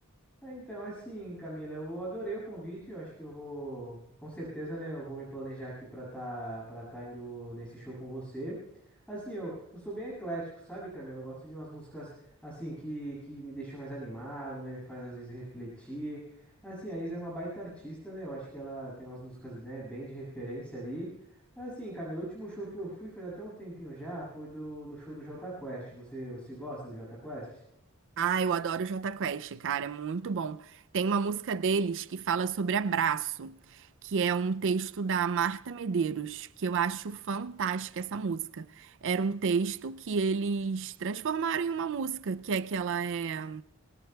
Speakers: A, in the centre; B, on the right.
A: É, então, assim, Camila, eu adorei o convite. Eu acho que eu vou, com certeza, né? Eu vou me planejar aqui para tá, para tá indo nesse show com você. Assim, eu, eu sou bem eclético, sabe, Camila? Eu gosto de umas músicas, assim, que, que me deixam mais animado, né? Me faz, às vezes, refletir. Mas, assim, a Isa é uma baita artista, né? Eu acho que ela tem umas músicas, né, bem de referência ali. Mas, assim, Camila, o último show que eu fui faz até um tempinho já, foi do, no show do Jota Quest. Você, você gosta do Jota Quest?
B: Ah, eu adoro o Jota Quest, cara, é muito bom. Tem uma música deles que fala sobre abraço, que é um texto da Marta Medeiros, que eu acho fantástica essa música. Era um texto que eles transformaram em uma música, que é que ela é